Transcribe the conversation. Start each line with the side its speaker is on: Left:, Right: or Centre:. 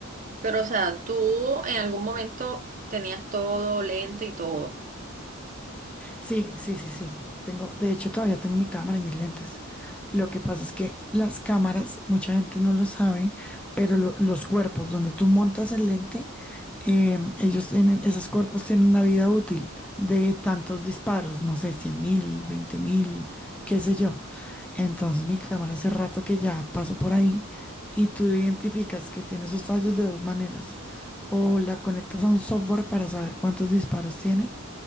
Right: Pero, o sea, tú en algún momento tenías todo lente y todo.
Centre: Sí, sí, sí, sí. Tengo, de hecho, todavía tengo mi cámara y mis lentes. Lo que pasa es que las cámaras, mucha gente no lo sabe, pero lo- los cuerpos donde tú montas el lente, eh, ellos tienen, esos cuerpos tienen una vida útil de tantos disparos, no sé, cien mil, veinte mil, qué sé yo. Entonces, mi cámara hace rato que ya paso por ahí y tú identificas que tiene esos fallos de dos maneras. O la conectas a un software para saber cuántos disparos tiene